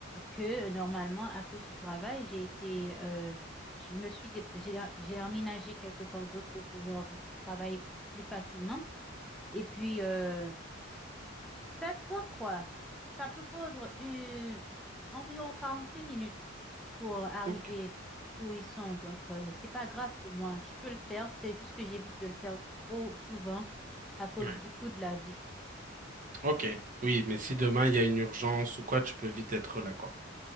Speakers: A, in the centre; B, on the right (about 40°).
A: que normalement à cause du travail. J'ai été, euh, je me suis, dép- j'ai j'ai emménagé quelque part d'autre pour pouvoir travailler plus facilement. Et puis, euh, Ça prend quoi? Ça peut prendre une environ 45 minutes pour arriver
B: Ok.
A: où ils sont. Donc, euh, c'est pas grave pour moi. Je peux le faire. C'est juste que j'évite de le faire trop souvent à cause
B: Ouais.
A: du coût de la vie.
B: Ok. Oui, mais si demain il y a une urgence ou quoi, tu peux vite être là, quoi.